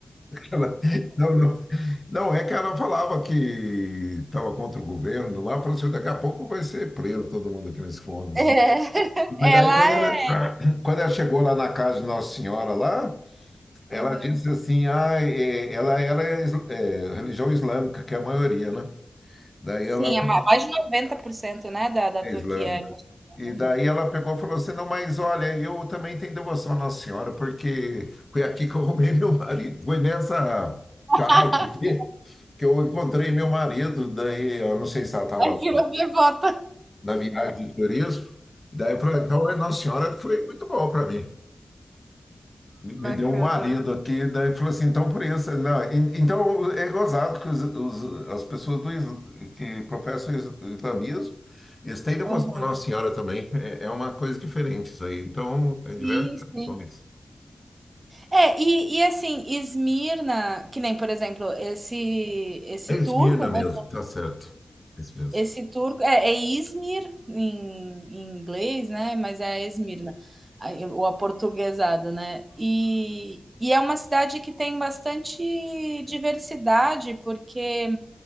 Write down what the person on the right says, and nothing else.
É, <laughs>
ela
é
Aham.
Sim, é
ma mais de 90%, né, da da
Turquia
é muçulmana
ali.
<laughs>
Aí virou
devota.
Bacana.
né?
Aham.
Sim, sim.
É, e e assim, Esmirna, que nem, por exemplo, esse esse
turco, né
Esse turco é, é Izmir em, em inglês, né? Mas é Esmirna, o aportuguesado, né? E, e é uma cidade que tem bastante diversidade, porque